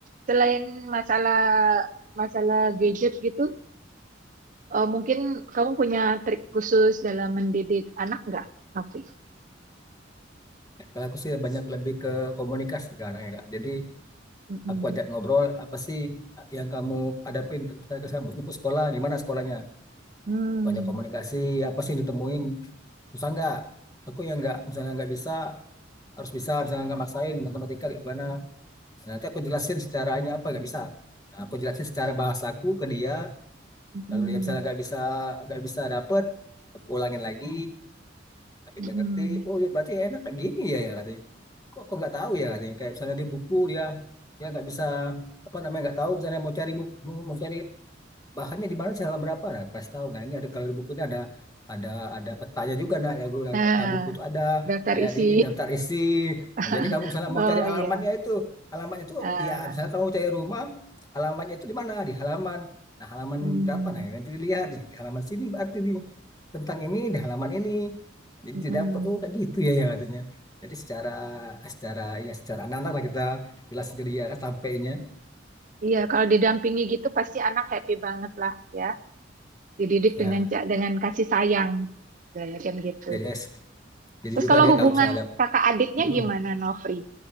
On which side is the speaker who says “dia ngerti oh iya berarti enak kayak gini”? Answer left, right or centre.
Left